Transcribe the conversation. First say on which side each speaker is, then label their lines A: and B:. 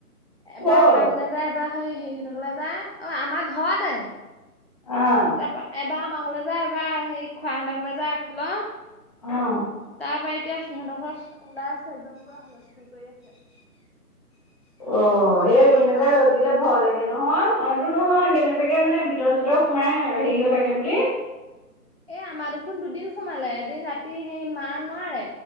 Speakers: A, on the left (about 40°); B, on the left (about 25°).
A: এবাৰ
B: ক'ত
A: আমাৰ ঘৰলৈ যা এবাৰ হেৰি সেইহতৰ ঘৰলে যা অ' আমাৰ ঘৰতে
B: অ
A: তাৰপা এবাৰ আমাঘৰলৈ যায় এবাৰ সেই খুৰা যায় আগফালৰ।
B: অ'
A: তাৰ পৰা এতিয়া সিহঁতৰ ঘৰত ওলাই আছে। একদম পুৰা হুলস্থুল কৰি আছে।
B: অ'
A: বহুত
B: এই
A: ডাঙৰ
B: এনেকুৱা
A: সাপডাল
B: ৰ'দ দিলে ভয় লাগে নহয় অইনটো নহয়। কেনেবাকে
A: অ
B: মানে ভিতৰ ভিতৰ সোমাই হেৰি হৈ থাকে বুলি।
A: এ আমাৰ দেখোন দুদিন সোমালে। এদিন ৰাতি সেই মা নোৱাৰে